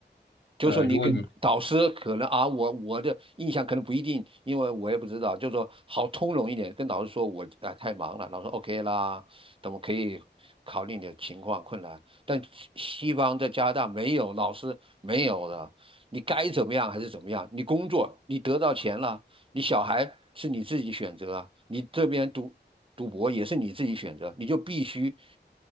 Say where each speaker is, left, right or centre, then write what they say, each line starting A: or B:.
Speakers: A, on the right; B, on the left.
A: 就是说你跟导师可能啊，
B: 呃，如果你
A: 我我的印象可能不一定，因为我也不知道，就是说好通融一点，跟导师说我啊、太忙了，老师 OK 啦，等我可以考虑你的情况困难。但西西方在加拿大没有，老师没有的，你该怎么样还是怎么样，你工作你得到钱了，你小孩是你自己选择啊，你这边读读博也是你自己选择，你就必须